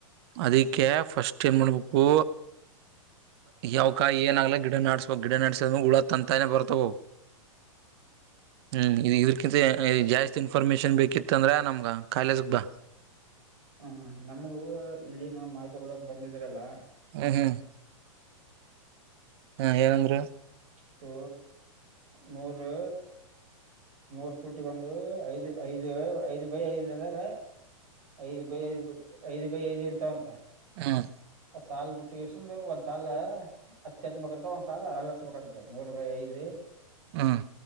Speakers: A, on the right (about 50°); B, on the right (about 75°).
A: ಅದಕ್ಕೆ ಫಸ್ಟ್ ಏನ್ ಮಾಡಬೇಕು ಯಾವಕಾಯಿ ಏನಾಗಲಾ ಗಿಡ ನಡಸ್ಬೋ ಗಿಡ ನಾಡಸಿದದ್ರ ಉಳ ತಂತಾನೇ ಬರ್ತಾವವು ಹ್ಮ್ ಇ ಇದ್ರಕಿಂತ ಜಾಸ್ತಿ ಇನ್ಫಾರ್ಮೇಶನ್ ಬೇಕಿತ್ತ ಅಂದ್ರೆ ನಮ್ಗೆ ಕಾಲೇಜಗೆ ಬಾ
B: ಹ ನಮಗೂ ಇಲ್ಲಿ ನಾ ಮಾಹಿತಿ ಕೊೊಳ್ಳಕ್ ಬಂದಿದ್ರಲ್ಲಾ
A: ಹ್ಮ್ ಹ್ಮ್ ಹ್ಮ ಏನಂದ್ರ
B: ಟ್ಟು ಮೂರು ಮೂರ್ ಪುಟ್ಟಗ ಒಂದು ಐದು ಐದು ಐದು ಬೈ ಐದದಾಗ ಐದು ಬೈ ಐದು ಐದ್ ಬೈ ಐದ್ ಇರ್ತಾವ ಅಂತ
A: ಹ್ಮ್
B: ಸಾಲ ಬಿಟ್ಟಿಗೆಸ ಒಂದ್ ಸಾಲ ಹತ್ತಿ ಹಚ್ಬೇಕಂತ ಒಂದ್ಸಾಲಲ್ ಅಳಲ್ ಹಚ್ಬೇಕಂತ ಮೂರು ಬಾಯಿ ಐದು
A: ಹಾ